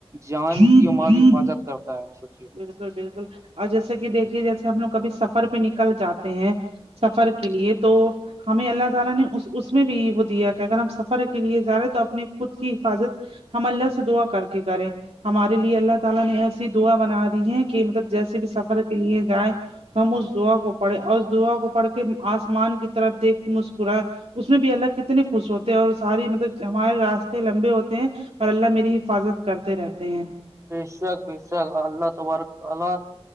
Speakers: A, on the right; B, on the right.
A: جان
B: جی
A: کی
B: بالکل
A: مال کی بھی حفاظت کرتا ہے سچی
B: بالکل بالکل اور جیسے کہ دیکھیے جیسے ہم لوگ کبھی سفر پہ نکل جاتے ہیں سفر کے لیے تو <unintelligible> ہمیں اللہ تعالی نے اس اس میں بھی یہ وہ دیا کہ اگر ہم سفر کے لیے جا رہے ہیں تو اپنی خود کی حفاظت ہم اللہ سے دعا کر کے کریں ہمارے لیے اللہ تعالی نے ایسی دعا بنا دی ہے کہ مطلب جیسے بھی سفر کے لیے جائیں ہم اس دا کو پڑے اور دعا کو پڑھ کے آسمان کی طرف دیکھ کے مسکرا اس میں بھی اللہ کتنے خوش ہوتے ہیں اور ساری مطلب ہمارے راستے لمبے ہوتے ہیں اور اللہ میری حفاظت کرتے رہتے ہیں
A: بشک بشک اللہ تبارک تعالی